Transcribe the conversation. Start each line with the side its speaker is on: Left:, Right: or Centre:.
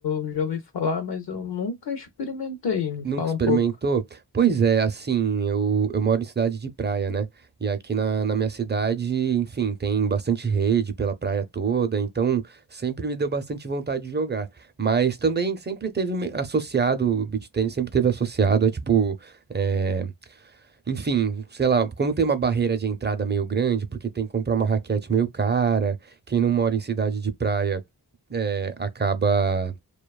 Left: eu já ouvi falar, mas eu nunca experimentei. Me
Right: Nunca
Left: fala
Right: experimentou?
Left: um pouco.
Right: Pois é, assim, eu, eu moro em cidade de praia, né? E aqui na, na minha cidade, enfim, tem bastante rede pela praia toda, então sempre me deu bastante vontade de jogar. Mas também sempre teve me- associado, o beach tennis sempre teve associado a tipo, é, enfim, sei lá, como tem uma barreira de entrada meio grande, porque tem que comprar uma raquete meio cara, quem não mora em cidade de praia. é, acaba